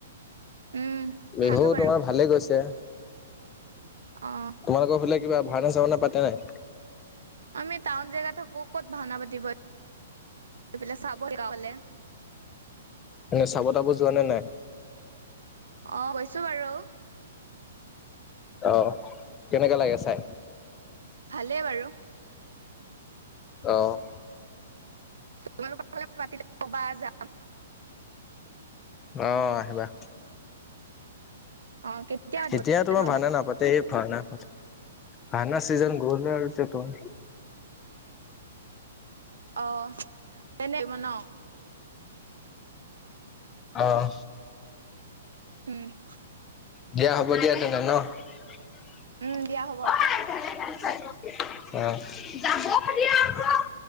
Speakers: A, on the right; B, on the left.
A: উম
B: বিহু
A: খালো বাৰু
B: তোমাৰ, ভালে গৈছে।
A: অহ।
B: তোমালোকৰ ফালে কিবা, ভাওনা চাওনা পাতে নাই?
A: আমি টাউন জেগাত থাকো, ক'ত ভাওনা পাতিব <unintelligible> চাবলে।
B: মানে চাব তাব যোৱা নে নাই?
A: অ', গৈছো বাৰু।
B: অ', কেনেকা লাগে চাই?
A: ভালে বাৰু।
B: অ'।
A: তোমালোকৰ ফালে পাতিলে ক'বা, যাম।
B: অ', আহিবা।
A: অ কেতিয়া পাতিব
B: এতিয়া তোমাৰ ভাওনা নাপাতে, ভাওনা ভাওনাৰ চিজন গলগে আৰু ত
A: অ', তেনেই মান
B: অহ।
A: উম।
B: দিয়া হ'ব দিয়া, তেনে'লে নহ। আহ।
A: উম দিয়া হ'ব